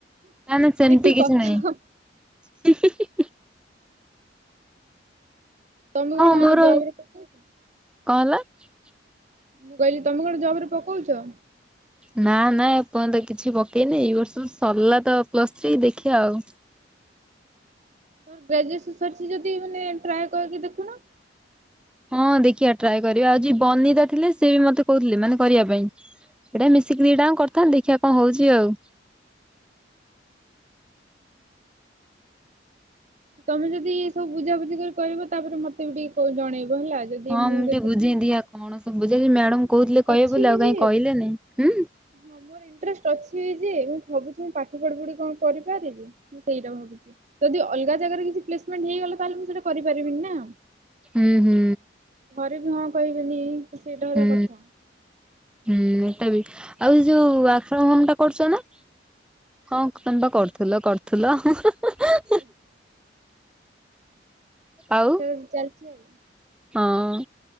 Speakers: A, in the centre; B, on the right.
A: ନା ନା ସେମିତି
B: ଏ କି
A: କିଛି
B: କଥା।
A: ନାହିଁ।
B: ତମେ କଣ
A: ହଁ ମୋର,
B: ଜବରେ ପକଉଛ?
A: କଣ ହେଲା?
B: ମୁଁ କହିଲି ତୋମେ କଣ ଜବ୍ ରେ ପକଉଛ?
A: ନା ନା ଏପନ୍ତ କିଛି ପକେଇନି ଏଇ ବର୍ଷ ସରିଲା ତ ପ୍ଲସ୍ ଥ୍ରୀ ଦେଖିବା ଆଉ।
B: ତୋର ଗ୍ରାଜୁଏସ ସରିଛି ଯଦି ମାନେ ଟ୍ରାଏ କରିକି ଦେଖୁନ।
A: ହଁ ଦେଖିଆ ଟ୍ରାଏ କରିବା। ଆଉ ଯେ ବନିତା ଥିଲେ ସେ ବି ମୋତେ କହୁଥିଲେ ମାନେ କରିବା ପାଇଁ। ଏଟା ମିଶିକିରି ଦିଟାଙ୍କ କରିଥା ଦେଖିବା କଣ ହଉଛି ଆଉ।
B: ତୋମେ ଯଦି ଏ ସବୁ ବୁଝାବୁଝି କରି କହିବ ତାପରେ ମୋତେ ବି ଟିକେ କ- ଜଣେଇବ ହେଲା। ଯଦି
A: ହଁ
B: ମୁଁ ଯଦି
A: ଟିକେ ବୁଝେଇ
B: <inaudible> ମୁଁ
A: ଦିଆ କଣ ସବୁ ବୁଝେଇ
B: ଇଣ୍ଟରେଷ୍ଟ
A: ମ୍ୟାଡାମ କହୁଥିଲେ କହିବେ
B: ଅଛି
A: ବୋଲି
B: ବି
A: ଆଉ କାହିଁ
B: ଯେ
A: କହିଲେନି। ହୁଁ
B: ହଁ ମୋର ଇଣ୍ଟରେଷ୍ଟ ଅଛି ଯେ। ମୁଁ ଭାବୁଛି ମୁଁ ପାଠ ପଢ଼ି ପଢି କଣ କରିପାରିବି? ମୁଁ ସେଇଟା ଭାବୁଛି ଯଦି ଅଲଗା ଜାଗାରେ କିଛି ପ୍ଲେସମେଣ୍ଟ ହେଇଗଲା ତାହେଲେ ମୁଁ ସେଇଟା କରିପାରିବିନିନା।
A: ହୁଁ ହୁଁ।
B: ଘରେ ବି ହଁ କହିବେନି। ସେଇଟା ହେଲା
A: ହୁଁ।
B: କଥା
A: ହୁଁ ଏଟା ବି, ଆଉ ଯୋଉ ୱାର୍କ ଫ୍ରମ୍ ହୋମ ଟା କରୁଛ ନା? ହଁ ତମେ ବା କରୁଥିଲ କରୁଥିଲ ହେ ହେ ହେ ହେ।
B: ହଁ।
A: ଆଉ
B: ଉଁ ଚାଲିଛି ଆଉ।
A: ହଁ